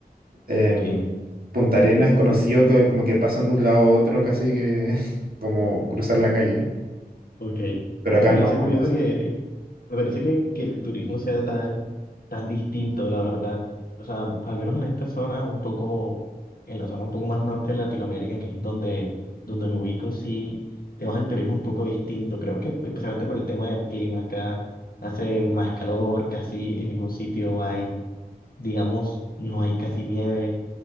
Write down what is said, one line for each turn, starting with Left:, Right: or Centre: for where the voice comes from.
Right: em,
Left: Ok,
Right: Punta Arenas es conocido que como que pasan de un lado a otro casi que <laughs> como cruzar la calle,
Left: ok.
Right: pero acá
Left: Me parece
Right: no, no
Left: curioso
Right: pasa.
Left: que Me parece que, que el turismo sea tan, tan distinto, la verdad. O sea, al menos en esta zona, un poco, en la zona un poco más norte de Latinoamérica, que es donde, donde me ubico, sí, tenemos el turismo un poco distinto. Creo que especialmente por el tema del clima, acá hace más calor, casi en ningún sitio hay, digamos, no hay casi nieve.